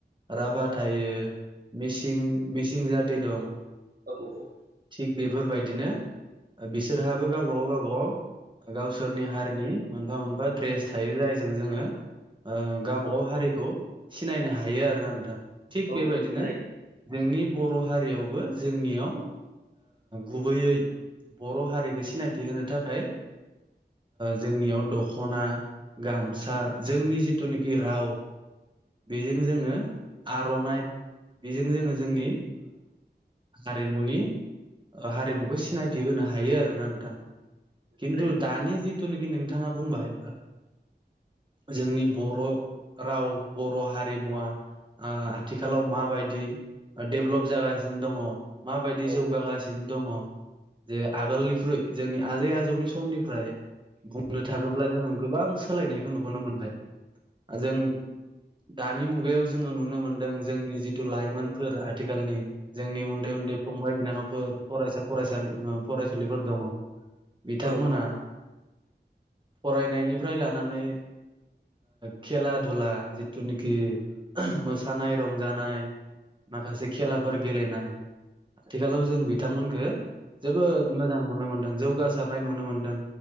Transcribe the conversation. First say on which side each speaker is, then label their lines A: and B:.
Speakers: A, on the right; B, on the right.
A: राभा। थायो मिसिं जाथि दं
B: औ औ
A: थिग बेफोरबायदि बिदिनो बिसोरहाबो गावबाव गाव गागाव गावसोरनि हारिनि मोनफा मोनफा द्रेस थायो जायजों जोङो। गावब गाव हारिखौ सिनायनो हायो। हायो आरोना नोंथां थिग
B: औ
A: बेबायदिनो
B: औ थारैनो
A: जोंनि बर' हारियावबो जोंनियाव। गुबैयै बर' हारिखौ सिनायथि होनो थाखाय। जोंनियाव दख'ना गामसा जोंनि जिथुनिखि राव। बेजों जोङो आर'नाइ बेजों जोङो जोंनि हारिमुनि हारिमुखौ सिनायथि होनो हायो आरोोना नोंथां खिन्थु
B: थारैनो
A: दानि
B: सैथो
A: जिथुनाखि नोंथां। बिथाङा बुंबाय जोंनि। बर' राव बर' हारिमुवा आथिखालाव माबायदि। डेभलप जागासिनो दङ। माबायदि
B: औ
A: जौगागासिनो दङ जे आगोलनिख्रुइ जोंनि आजै आजौनि समनिफ्राय बुंनो थाङोब्ला जोङो गोबां सोलायनायखौ नुबोनो मोनबाय जों दानि मुगायाव जोङो नुनो मोनदों जोंनि जिथु लाइमोनफोर आथिखालनि जोंनि उन्दै उन्दै फंबाय बिनानावफोर फरायसा फरायसालि फरायसुलिफोर दङ बिथांमोना
B: औ
A: फरायनायनिफ्राय लानानै खेला धुला जिथुनिखि मोसानाय रंजानाय माखासे खेलाफोर
B: औ औ
A: गेलेनाय आथिखालाव जों बिथांमोनखो जोबोद मोजां नुनो मोनदों जौगासारनाय नुनो मोनदों